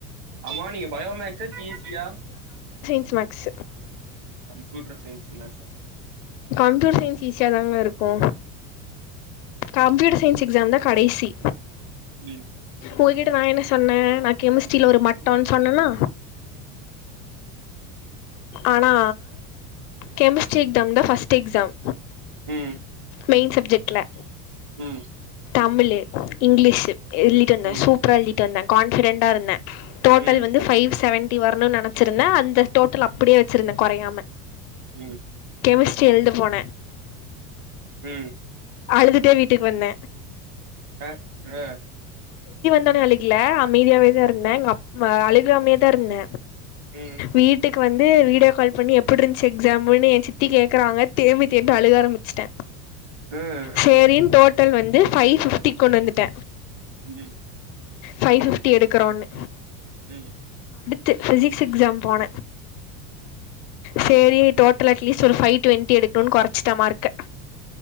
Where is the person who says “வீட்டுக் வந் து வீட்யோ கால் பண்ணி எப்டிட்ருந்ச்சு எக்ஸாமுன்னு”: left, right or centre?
Left